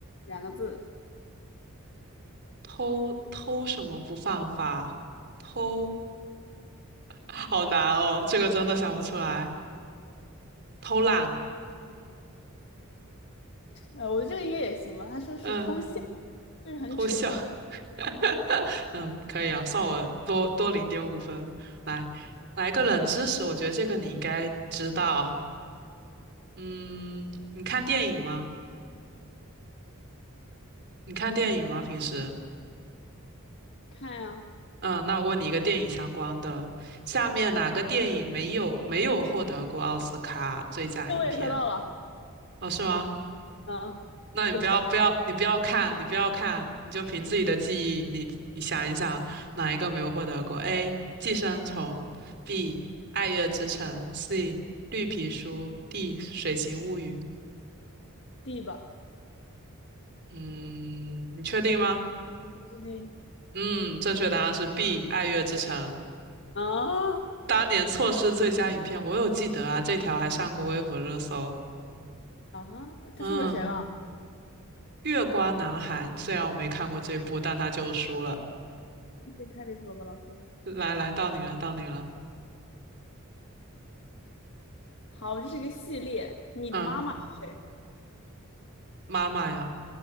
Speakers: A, on the left; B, on the right.
A: 两个字，
B: 偷偷什么不犯法？偷，<laughs> 好难哦，这个真的想不出来。偷懒，
A: 呃，我觉得这个应该也行吧。他说是偷笑，
B: 嗯，
A: 就是很扯啊
B: 偷笑，<laughs> 嗯，可以啊，算我多多零点五分。来，来个冷知识，我觉得这个你应该知道。嗯，你看电影吗？你看电影吗？平时？
A: 看呀、
B: 嗯，那我问你一个电影相关的，下面哪个电影没有没有获得过奥斯卡最佳影片？
A: 这我也刷到了，
B: 哦，是吗？
A: 嗯，
B: 那你不要不要，
A: 我不知道
B: 你不要看，你不要看，你就凭自己的记忆，你你想一想，哪一个没有获得过？A. 寄生虫，B. 爱乐之城，C. 绿皮书，D. 水形物语。
A: ，D 吧，
B: 嗯，你确定吗？
A: 我最近
B: 嗯，正确答案是 B. 爱乐之城。
A: 啊
B: 当年错失最佳影片，我有记得啊，这条还上过微博热搜。
A: 啊，他输给谁了？
B: 嗯，月光男孩，虽然我没看过这部，但他就输了。
A: 这太离谱了吧，老师！
B: 来来，到你了，到你了。
A: 好，这是个系列，米的妈妈是谁？
B: 嗯，妈妈呀。